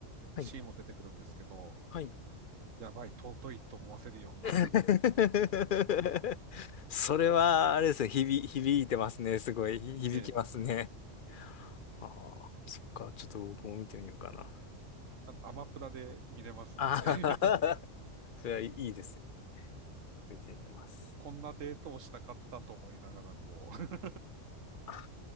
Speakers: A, on the left; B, on the right.
A: はい。
B: シーンも出てくるんですけど、
A: はい。
B: やばい、尊いと思わせるような
A: <laughs> それは、あれですね、響、響いてますね。
B: <laughs>
A: すごい、ひ響きますね。
B: ええ、
A: ああ、そっか。ちょっと僕も見てみようかな。
B: あのアマプラで見れますので
A: ああ、<laughs> それはいいですね。見てみます。
B: こんなデートをしたかったと思いながら、こう、
A: あ